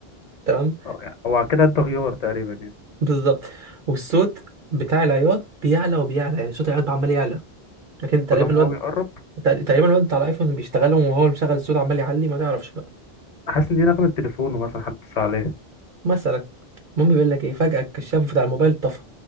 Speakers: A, on the right (about 55°); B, on the left (about 45°).
A: تمام
B: اه يعني هو كده ده غيار تقريبا يعني
A: بالظبط والصوت بتاع العياط بيعلى وبيعلى يعني صوت العياط عمال يعلى لكن تقريبا
B: كل ما
A: الواد
B: هو بيقرب
A: تقريبا الواد بتاع الايفون بيشتغلهم وهو اللي مشغل الصوت عمال يعلي ما تعرفش بقى
B: حاسس ان دي نغمة تليفونه مثلا حد اتصل عليه
A: مثلا المهم بيقول لك ايه فجأة الكشاف بتاع الموبايل طفى